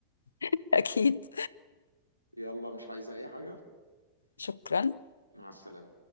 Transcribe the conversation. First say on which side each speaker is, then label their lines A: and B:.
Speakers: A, on the left (about 70°); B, on the left (about 85°).
A: <laughs> اكيد
B: يلا مش عايزة اي حاجة
A: شكرا
B: مع السلامة